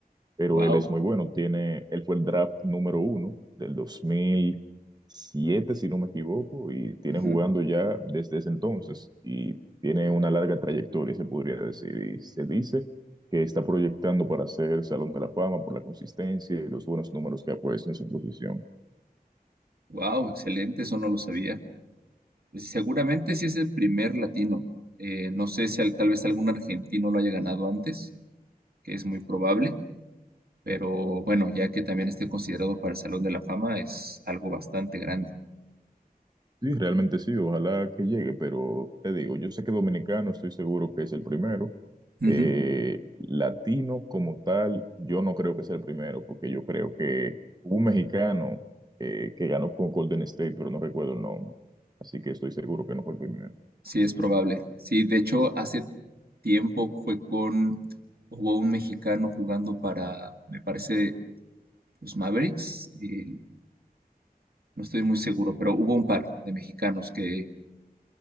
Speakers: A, on the right; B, on the right.
A: pero
B: Wow,
A: él es muy bueno. Tiene, él fue el draft número uno del dos mil siete, si no me equivoco, y tiene
B: ujú,
A: jugando ya desde ese entonces y tiene una larga trayectoria, se podría decir, y se dice que está proyectando para ser Salón de la Fama por la consistencia y los buenos números que ha puesto en su posición.
B: Wow, excelente, eso no lo sabía. Eh, Seguramente sí es el primer latino. Eh, no sé si al- tal vez algún argentino lo haya ganado antes, que es muy probable pero bueno, ya que también esté considerado para el Salón de la Fama, es algo bastante grande.
A: Sí, realmente sí, ojalá que llegue, pero te digo, yo sé que dominicano, estoy seguro que es el primero,
B: Ujú,
A: eh, latino como tal, yo no creo que sea el primero, porque yo creo que hubo un mexicano eh, que ganó con Golden State, pero no recuerdo el nombre. Así que estoy seguro que no fue el primero.
B: Sí, es probable. Sí, de hecho, hace tiempo fue con, hubo un mexicano jugando para, me parece, los Mavericks, eh, no estoy muy seguro, pero hubo un par de mexicanos que